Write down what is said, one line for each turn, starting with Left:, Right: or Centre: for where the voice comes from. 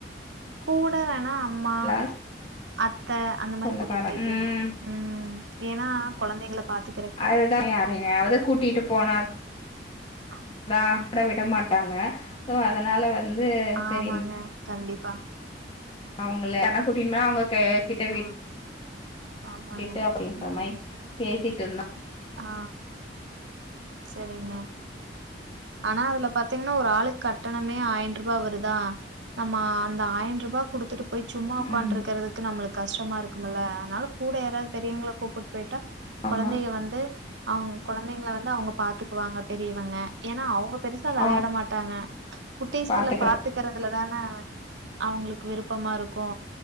Right: கூட வேணா அம்மா
Left: எல்லா
Right: அத்த அந்த மாரி
Left: சொந்தக்கார
Right: கூட்டிட்டு போய்கீங்க
Left: ம்
Right: ம் ஏன்னா கொழந்தைங்கள பாத்து
Left: அதுதா யாரையாவது கூட்டிட்டு போனா
Right: ஆ
Left: ட ஆட விடமாட்டாங்க சோ அதனால வந்து
Right: ஆமாங்க
Left: சரி
Right: கண்டிப்பா
Left: அவுங்கள <unintelligible> போயு அவுங்க க கிட்ட விட்
Right: ஆ ஆமாங்க
Left: விட்டுட்டு அப்டின்ற
Right: ம்
Left: மாரி பேசிட்டு இருந்
Right: ஆ சரிங்க ஆனா அதுல பாத்தீங்கன்னா ஒரு ஆளுக்கு கட்டணமே ஆயிட் ரூபா வருதா நம்ம அந்த ஆயிட் ரூபா குடுத்துட்டு போய் சும்மா உக்கான்ட்டு
Left: ம்
Right: இருக்குறதுக் கு நம்மளுக்கு கஷ்டமா இருக்குமல அதனால கூட யாராவது பெரியவங்கள கூப்புட்டு போயிட்டா
Left: ஆமா
Right: கொழந்தைக வந் அவுங்க கொழந்தைங்கல வந்து அவுங்க பாத்து வாங்க பெரியவங்க ஏன்னா அவங்க பெருசா வெளையாட
Left: அவங்க
Right: மாட்டாங்க குட்டீஸ்கள
Left: பாத்துக்கற
Right: பாத்து த்துக்கிறதுல தான அவங்களுக்கு விருப்பமா இருக்கு